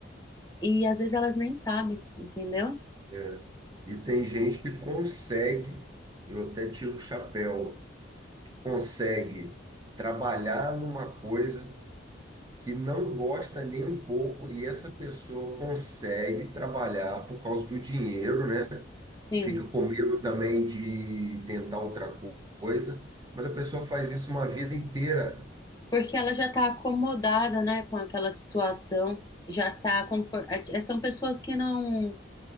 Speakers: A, on the left; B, on the right.
A: E às vezes elas nem sabem, entendeu?
B: é. E tem gente que consegue, eu até tiro o chapéu, consegue trabalhar numa coisa que não gosta nem um pouco, e essa pessoa consegue trabalhar por causa do dinheiro, né?
A: Sim,
B: fica com medo também de tentar outra co- coisa, mas a pessoa faz isso uma vida inteira.
A: porque ela já está acomodada, né, com aquela situação, já está confortável. São pessoas que não